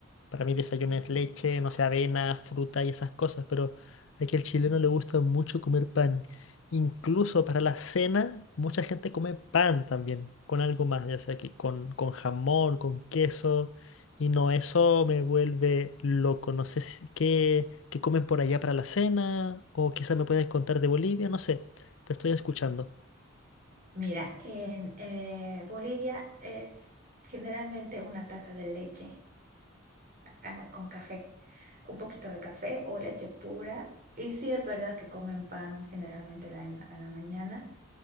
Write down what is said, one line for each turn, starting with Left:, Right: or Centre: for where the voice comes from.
Left: Para mí desayuno es leche, no sé, avena, fruta y esas cosas, pero aquí al chileno le gusta mucho comer pan. Incluso para la cena, mucha gente come pan también, con algo más, ya sea que con, con jamón, con queso, y no, eso me vuelve loco. No sé si- qué, qué comen por allá para la cena, o quizás me puedes contar de Bolivia, no sé. Te estoy escuchando.
Right: Mira, en eh, Bolivia es generalmente una taza de leche ah, con café, un poquito de café o leche pura. Y sí es verdad que comen pan generalmente la- en, en la mañana.